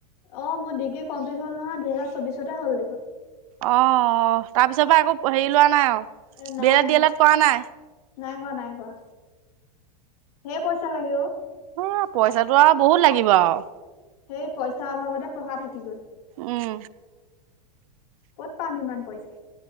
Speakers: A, on the left; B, on the right.
A: অ', মোৰ ডিগ্ৰী কমপ্লিট হ'ল নহয়, দুহেজাৰ চৌবিশতে হ'ল দেখোন।
B: অ', অ', তাৰপিছৰ পৰা আকৌ হেৰি লোৱা নাই আৰু
A: এ নাই
B: বিয়েলেট
A: পঢ়া,
B: ডিয়েলেট কৰা নাই।
A: নাই কৰা, নাই কৰা, ধেই পইচা লাগে অ',।
B: এ পইচাটো আৰু বহুত লাগিব আৰু।
A: সেই পইচাৰ অভাৱতে পঢ়া থাকি গল।
B: উম
A: ক'ত পাম ইমান পইচা?